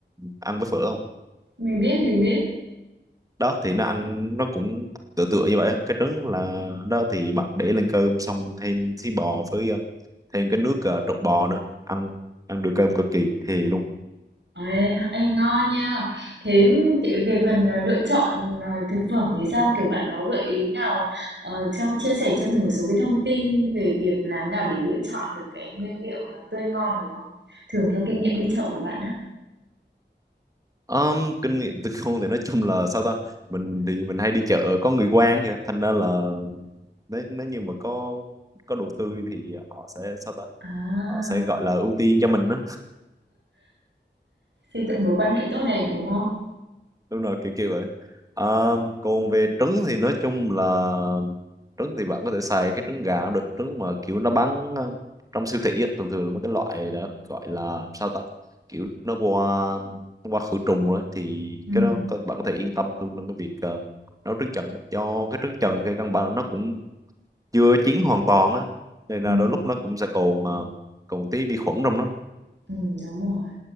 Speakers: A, on the right (about 20°); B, on the right (about 70°).
A: ăn với phở không
B: mình biết, mình biết.
A: đó thì nó ăn nó cũng tựa tựa như vậy á. cái trứng là đó thì bạn để lên cơm xong thêm thí bò với ờ, thêm cái nước uh, trụng bò nữa ăn ăn được cơm cực kỳ thì
B: Ê, ê, ngon nha. Thế chị- về phần à, lựa chọn à, thực phẩm thì sao? Kiểu bạn có gợi ý nào ờ, cho chia sẻ cho mình một số cái thông tin về việc làm nào để lựa chọn được cái nguyên liệu nó tươi ngon được không? Thường theo kinh nghiệm đi chợ của bạn á.
A: Um, kinh nghiệm từ con thì nói chung là sao ta mình thì mình hay đi chợ có người quen kìa thành ra là nếu nếu như mà có có đồ tươi thì họ sẽ sao ta
B: À,
A: họ sẽ gọi là ưu tiên cho mình á.
B: xây dựng mối quan hệ tốt đẹp đúng không?
A: đúng rồi kiểu kiểu vậy Ờ, còn về trứng thì nói chung là trứng thì bạn có thể xài cái trứng gà cũng được trứng mà kiểu nó bán ờ, trong siêu thị á, thường thường là mấy cái loại đã gọi là sao ta kiểu nó qua nó qua khử trùng rồi thì
B: Ừ,
A: cái đó các bạn có thể yên tâm hơn trong cái việc ờ, nấu trứng trần cho cái trứng trần thì căn bản là nó cũng chưa chín hoàn toàn á nên là
B: ừ,
A: đôi lúc nó cũng sẽ còn ờ, còn tí vi khuẩn trong nó
B: ừ, đúng rồi.